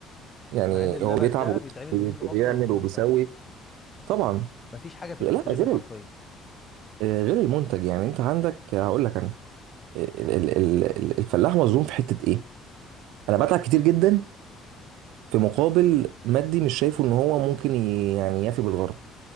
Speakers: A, on the right (about 85°); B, on the left (about 25°).
A: يعني
B: مع ان اللبن
A: هو بيتعب
B: ده بيتعمل منه
A: وبيعمل
B: اكتر من
A: وبيسوي
B: منتج
A: طبعا
B: مفيش حاجه فيه
A: لا
B: بتترمي
A: غير
B: حرفيا
A: ال- آه، غير المنتج يعني انت عندك هقول لك انا ال- ال- ال- ال- الفلاح مظلوم في حته ايه انا بتعب كتير جدا في مقابل مادي مش شايفه ان هو ممكن ي- يعني يفي بالغرض